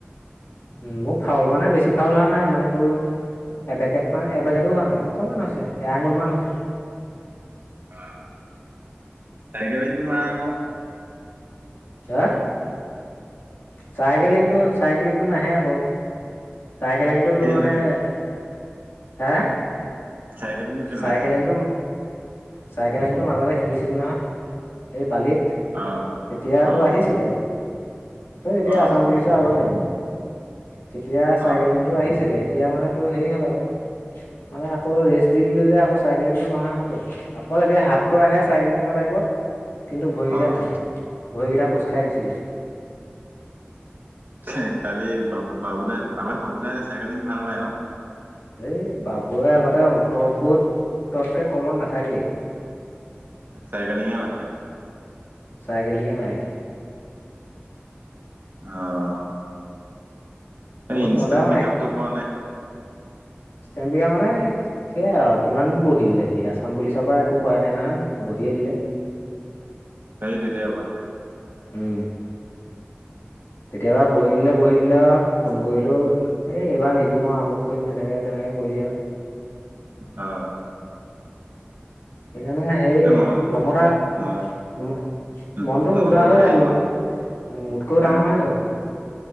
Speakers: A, on the left; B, on the right.
A: উম মোৰ ফাউল মানে বেছি ফাউল হোৱা নাই মানে তোৰ এবেকেট মান এবেকেতো হোৱা নাই অকণমান হৈছে এয়াঙুল মান হৈছে।
B: অ চাইকেলিংটো মাৰা আক
A: হা? চাইকেলিংটো চাইকেলিংটো নাহে আক'। চাইকেলিংটো
B: কি
A: তোৰ মানে
B: হ'ল?
A: হে হে
B: চাইকেলিংটো কেলে
A: চাইকেলিংটো
B: নাহে
A: চাইকেলিংটো মাজতে শিকিছিলো নহয়। এই বালিত
B: অ'।
A: তেতিয়াতো
B: অ',
A: আহিছিলে। এ এতিয়া
B: অ',
A: আছাম পুলিচৰ আগতে, তেতিয়া চাইকেলিং
B: অ'।
A: টো আহিছিলে এতিয়া মানে তো হেৰি হ'ল আকৌ মানে আকৌ ৰেষ্ট দি দিলোঁ যে আকৌ চাইকেলিংটো নহা হৈ গ'ল অকল এতিয়া হাতটো আহে চাইকেলিংৰ টাইপত কিন্তু ভৰিকেইটা
B: অ',
A: নাহে ভৰিকেইটা কোচ খাই গুচি যায়
B: হে কালি বা বাবুদাই আগতে বাবুদাই চাইকেলিং ভাল মাৰে ন
A: এই বাবুৱে আগতে ওঠৰ ফুট ততকে কমত নাথাকেই
B: চাইকেলিঙে মা
A: চাইকেলিঙে মাৰে সি
B: অ',
A: বহুত
B: এই ইনষ্টেণ্ট
A: মজাও
B: পিক আপটো পোৱা নাই
A: ষ্টেমবিঘা মানেই সেয়া আৰু কিমান দিন বহি দিলে সি আসাম পুলিচৰ পৰা একো কৰাই নাই নহয় বহিয়ে দিলে
B: সেই তেতিয়াৰ পৰা
A: উম কেতিয়াবা বহিদিলে বহিদিলে আৱ ফোন কৰিলও এই এইবাৰ নিদো আৰু আমুক কৰিম তেনেকে তেনেকে কৰি দিয়া আৰু
B: অ
A: সেইকাৰণে সেই
B: এই মন
A: নমতা
B: ম
A: ম
B: উম,
A: মনতো নোযোৱা
B: মনটো
A: হৈ
B: ভাঙি
A: যায় মোত
B: গ'ল
A: মোতকৈও ডাঙৰ
B: উম
A: নহয় জানো সি